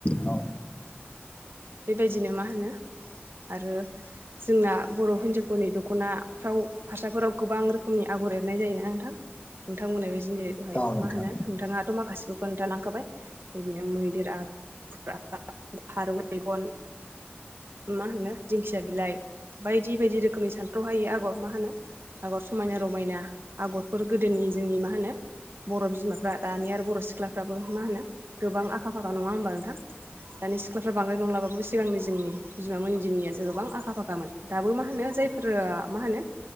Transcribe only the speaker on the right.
बेबायदिनो मा होनो आरो जोंना बर' हिन्जावफोरनि दख'नाफ्राव फारसाफोराव गोबां रोखोमनि आग- आगर एरनाय जायो ना नोंथां नोंथांमोनहा बे जिनिसखौहाय
मा होनो नोंथाङाथ' माखासेखौ खोन्था लांखाबाय बिदिनो मैदेर आगान फारौ मेगन मा होनो दिंखिया बिलाइ बायदि बायदि रोखोमनि सानथ्रहायै आगर मा होनो आगर समायना रमायना आगरफोर गोदोनि जोंनि मा होनो बर' बिमाफ्रा दानि आरो बर' सिख्लाफ्राबो मा होनो गोबां आखा फाखा नङा होमबा नोंथां दानि सिख्ला- फ्रा बांद्राय नंलाबाबो सिगांनि जोंनि बिमामोनि दिननियासो गोबां आखा फाखामोन दाबो मा होनो जायफोरा ओ मा होनो